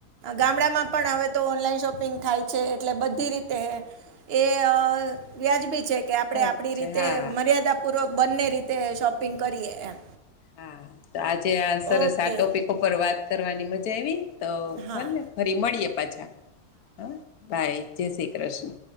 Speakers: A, on the right; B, on the left.
A: ગામડામાં પણ હવે તો ઓનલાઈન શોપિંગ થાય છે. એટલે બધી રીતે એ અ વ્યાજ બી છે. કે આપણે
B: અચ્છા
A: આપણી રીતે
B: હા
A: મર્યાદાપૂર્વક બંને રીતે શોપિંગ કરીએ એમ.
B: હા તો આજે આ સરસ
A: ઓકે
B: આ ટોપિક પર વાત કરવાની મજા આવી. તો
A: હા
B: ભલેને ફરી મળીએ પાછા હા બાય જય શ્રી કૃષ્ણ.